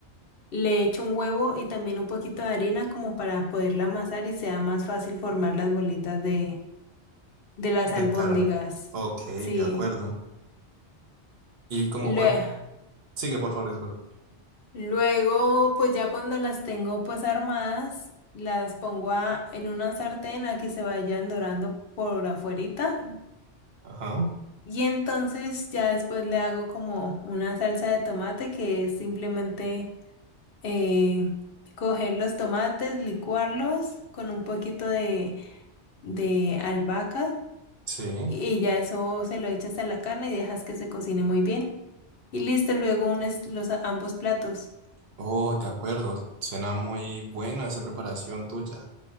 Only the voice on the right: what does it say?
de
carne. Ok,
de acuerdo. Y como
cuánto... Sigue, por favor, disculpa.
Ajá,
sí.
Oh, de acuerdo. Suena muy buena esa preparación tuya.